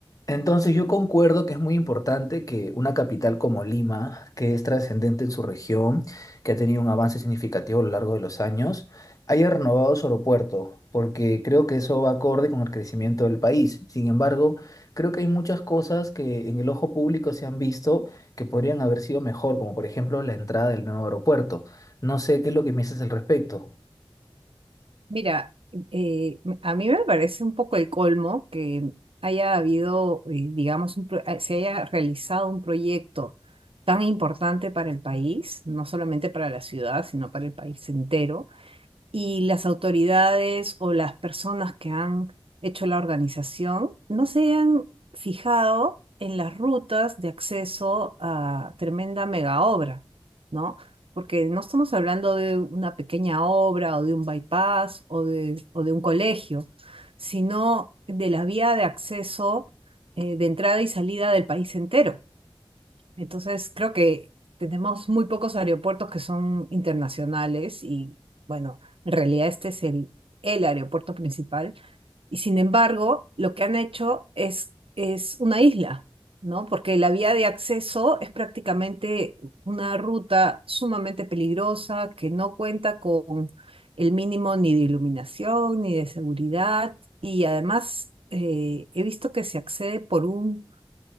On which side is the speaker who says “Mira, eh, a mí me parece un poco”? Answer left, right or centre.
Right